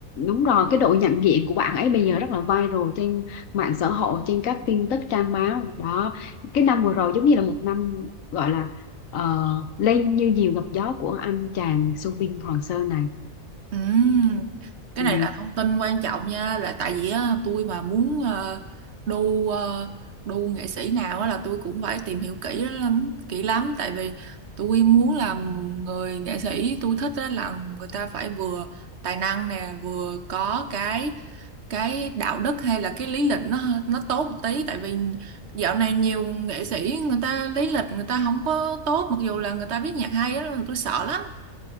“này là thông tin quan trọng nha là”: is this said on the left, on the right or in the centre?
Right